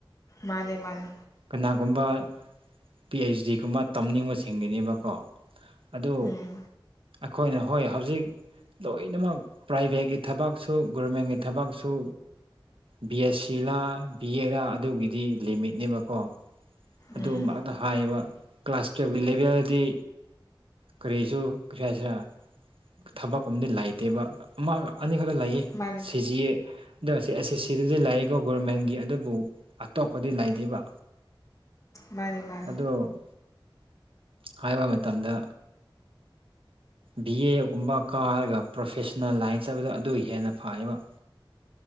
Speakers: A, on the left; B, on the right.
A: ꯃꯥꯅꯦ ꯃꯥꯅꯦ
B: ꯀꯅꯥꯒꯨꯝꯕ ꯄꯤ ꯑꯩꯆ ꯗꯤꯒꯨꯝꯕ ꯇꯝꯅꯤꯡꯕꯁꯤꯡꯒꯤꯅꯦꯕꯀꯣ ꯑꯗꯨ
A: ꯎꯝ
B: ꯑꯩꯈꯣꯏꯅ ꯍꯣꯏ ꯍꯧꯖꯤꯛ ꯂꯣꯏꯅꯃꯛ ꯄ꯭ꯔꯥꯏꯚꯦꯠꯀꯤ ꯊꯕꯛꯁꯨ ꯒꯣꯔꯚꯃꯦꯟꯒꯤ ꯊꯕꯛꯁꯨ ꯕꯤ ꯑꯦꯁ ꯁꯤꯂꯥ ꯕꯤ ꯑꯦꯂꯥ ꯑꯗꯨꯒꯤꯗꯤ ꯂꯤꯃꯤꯠꯅꯦꯕꯀꯣ ꯑꯗꯨ
A: ꯎꯝ
B: ꯑꯃꯇ ꯍꯥꯏꯌꯦꯕ ꯀ꯭ꯂꯥꯁ ꯇꯨꯌꯦꯜꯞꯀꯤ ꯂꯦꯚꯦꯜꯗꯤ ꯀꯔꯤꯁꯨ ꯄꯩꯥꯁꯤ ꯊꯕꯛ ꯑ ꯑꯃꯗꯤꯗꯤ ꯂꯩꯇꯦꯕ ꯑꯃ ꯑꯅꯤꯈꯛ ꯑꯗꯨ ꯂꯩꯌꯦ
A: ꯃꯥꯅꯦ
B: ꯁꯤꯁꯤ ꯗ ꯁꯤ ꯑꯦꯁ ꯑꯦꯁ ꯁꯤꯗꯗꯤ ꯂꯩꯏꯀꯣ ꯒꯣꯔꯃꯦꯟꯒꯤ ꯑꯗꯨꯕꯨ ꯑꯇꯣꯞꯄꯗꯤ ꯂꯩꯇꯦꯕ
A: ꯃꯥꯅꯤ ꯃꯥꯅꯤ
B: ꯑꯗꯣ ꯍꯥꯏꯕ ꯃꯇꯝꯗ ꯕꯤ ꯑꯦꯒꯨꯝꯕ ꯀꯥꯔꯒ ꯄ꯭ꯔꯣꯐꯦꯁꯟꯅꯜ ꯂꯥꯏꯟ ꯆꯠꯄꯗꯣ ꯑꯗꯨ ꯍꯦꯟꯅ ꯐꯥꯏꯌꯦꯕ